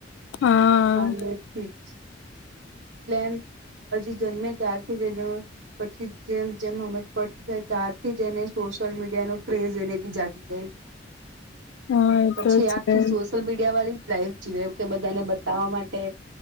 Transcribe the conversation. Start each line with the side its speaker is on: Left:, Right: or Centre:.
Left: હા
Right: નાનેથી જ એટલે એમ હજી જન્મે ત્યારથી જ એન પછી જેમ જેમ હમજ પડતી જાય ત્યારથી જ એને સોશિયલ મીડિયાનો ક્રેઝ એને બી જાગી જાય.
Left: હા એ
Right: પછી
Left: તો છે
Right: આખી સોશિયલ મીડિયા વાળી જ લાઈફ જીવે એવું કે બધાને બતાવવા માટે